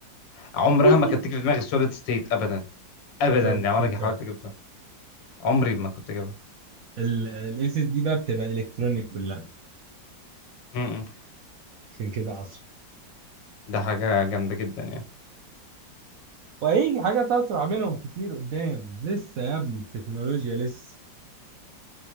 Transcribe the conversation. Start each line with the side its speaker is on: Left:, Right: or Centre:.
Left: عمرها
Right: <laughs>
Left: ما كانت تيجي في دماغي سوليد ستيت ابدا ابدا
Right: سوليد
Left: لو
Right: ستيت
Left: انا حاولت
Right: فعلا
Left: اجيبها عمري ما كنت اجيبها
Right: الاس اس دي <laughs> بقى بتبقى الكترونيك كلها
Left: م- م.
Right: عشان كده اسرع
Left: ده حاجه جامده جدا يعني
Right: وهيجي حاجات اسرع منهم كتير قدام لسه يا ابني التكنولوجيا لسه